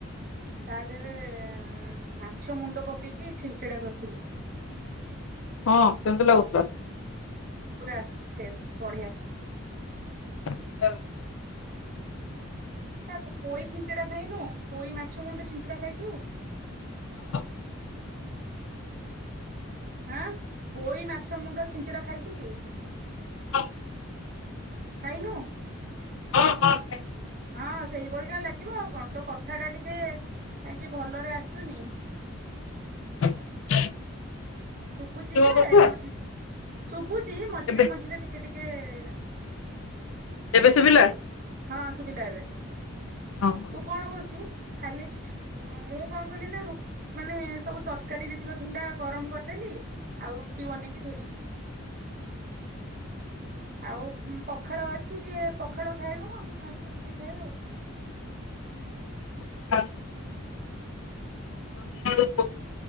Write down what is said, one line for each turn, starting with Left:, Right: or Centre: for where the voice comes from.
Right: ତା ଦେହରେ ମାଛ ମୁଣ୍ଡ ପକେଇକି ଛିଞ୍ଚିଡା କରିଥିଲି।
Left: ହଁ କେମତି ଲାଗୁଥିଲା।
Right: ପୁରା ଟେଷ୍ଟ ବଢ଼ିଆ। <inaudible>
Left: <unintelligible>
Right: ତା ପୋଇ ଛିଞ୍ଚଡା ଖାଇନୁ। ପୋଇ ମାଛ ମୁଣ୍ଡ ଛିଞ୍ଚଡା ଖାଇଛୁ।
Left: <inaudible>
Right: ହଁ ପୋଇ ମାଛ ମୁଣ୍ଡ ଛିଞ୍ଚଡା ଖାଇଛୁ କି।
Left: ହ।
Right: ଖାଇନୁ।
Left: ହଁ ହଁ।
Right: ହଁ ସେଇଭଳିିକା ଲାଗିବ ଆଉ କଣ ତୋ କଥା ଟା ଟିକେ କାହିଁକି ଭଲରେ ଆସୁନି।
Left: <inaudible>
Right: ଶୁଭୁଛିି
Left: ଖାଇଥିଲି
Right: ଯେ
Left: ମୋ କଥା
Right: ମଝି। ଶୁଭ। ଶୁଭୁଛି ମଝିରେ
Left: ଏବେ
Right: ମଝିରେ ଟିକେ ଟିକ। ହେ।
Left: ଏବେ ଶୁଭିଲା।
Right: ହଁ ଶୁଭିଲା ଏବେ।
Left: ହଁ ହଁ।
Right: ତୁ କଣ କରୁଛୁ? ଖାଲି ମୁଁ କଣ କଲି ନା ର ମାନେ ସବୁ ତରକାରୀ ଯେତିକ ଥିଲା ଗରମ କରିଦେଲି ଆଉ ରୁଟି ବନେଇକି ଥୋଇ ଦେଇଛି। ଆଉ ପଖାଳ ଅଛି ଯିଏ ପଖାଳ ଖାଇବ ଆମେ ଆଜି ରୁଟି ଖାଇବା ଆଉ।
Left: ନ୍ତି <inaudible> <inaudible> ହଉ